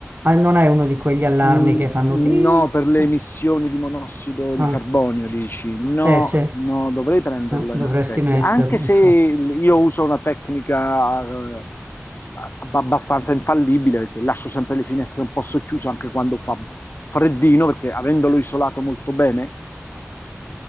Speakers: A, on the right (about 40°); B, on the left (about 45°).
A: non hai uno di quegli allarmi
B: Mm,
A: che fanno...
B: No,
A: pi?
B: per le
A: No.
B: emissioni di monossido
A: Ah,
B: di carbonio, dici? No,
A: eh sì, Eh,
B: no, dovrei prenderlo
A: dovresti
B: in effetti,
A: metterlo,
B: anche se
A: infatti.
B: io uso una tecnica eh, ab- abbastanza infallibile, perché lascio sempre le finestre un po' socchiuse anche quando fa freddino, perché avendolo isolato molto bene,